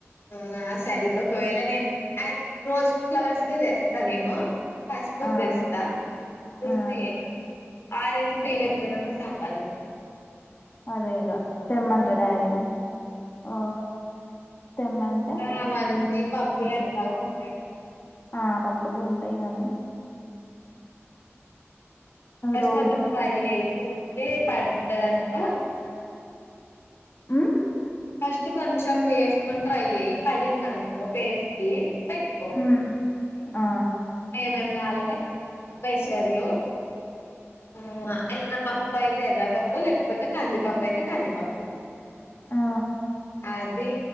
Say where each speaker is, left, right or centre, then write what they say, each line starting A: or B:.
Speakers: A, on the left; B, on the left.
A: అవునా సరితే ఒకవేళ నేను ఆ రోజ్ ఫ్లవర్స్ది చేస్తా నేను పసుపుది
B: ఆ
A: తేస్తా గుర్తు
B: ఆ
A: చేయి నాకు ఆరెంజ్
B: సరే
A: పీలు ఎట్లనో సంపాదించ
B: అదే ఇగ తేమంటా డాడీ నీ ఓ తెమ్మంటే
A: ఇకా అవన్నీ పప్పులు
B: అడుక్కుంటారు.
A: ఎట్లా ఉంటాయి
B: ఆ పప్పులుు ఉంటాయి గానీ
A: ఫస్ట్
B: రోజు
A: కొంచం ట్రై చేసి చూసి పడది అనుకో
B: ఉమ్
A: ఫస్ట్ కొంచెం వేసుకొని ట్రై చేయి పడిందినుకో ఫేస్ కి పెట్టుకో
B: ఉమ్ ఆ
A: ఏమేం కావాలంటే పెసర్లు ఉమ్ ఆ ఎర్రపాప్పు అయితే ఎర్రపప్పు లేకపోతే కందిపప్పు అయితే కాందిపప్పు
B: ఆ
A: అది